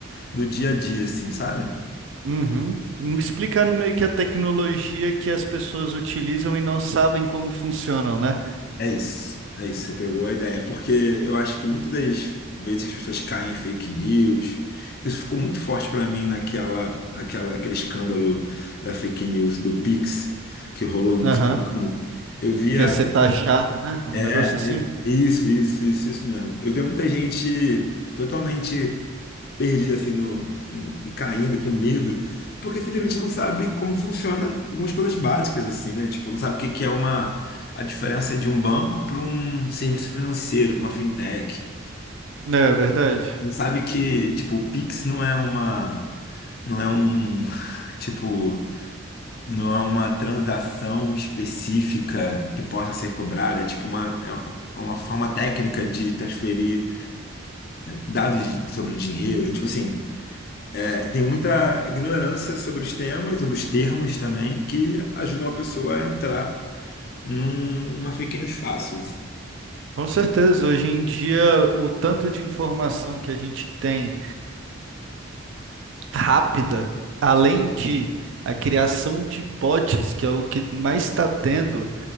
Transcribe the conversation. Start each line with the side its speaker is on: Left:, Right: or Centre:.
Left: no dia a dia, assim, sabe?
Right: Uhum. Explicando meio que a tecnologia que as pessoas utilizam e não sabem como funcionam, né?
Left: É isso, é isso, você pegou a ideia, porque eu acho que muitas das vezes que as pessoas caem em fake news, isso ficou muito forte pra mim naquela, naquela, aquele escândalo da fake news do Pix que rolou no
Right: Aham.
Left: Instagram. Eu via,
Right: Que ia ser taxado, né? Um
Left: é,
Right: negócio assim.
Left: isso, isso, isso, isso mesmo. Eu via muita gente totalmente perdido assim no, e caindo com medo, porque simplesmente não sabe como funciona algumas coisas básicas assim, né? Tipo, não sabe o que que é uma a diferença de um banco para um serviço financeiro, pra uma fintech.
Right: É verdade.
Left: Não sabe que, tipo, o Pix não é uma não é um, <laughs> tipo, não é uma transação específica que possa ser cobrada, é tipo uma é uma forma técnica de transferir dados sobre dinheiro, tipo assim, Tem muita ignorância sobre os temas, sobre os termos também, que ajudam a pessoa a entrar num- numa fake news fácil.
Right: Com certeza, hoje em dia, o tanto de informação que a gente tem rápida, além de a criação de bots, que é o que mais está tendo,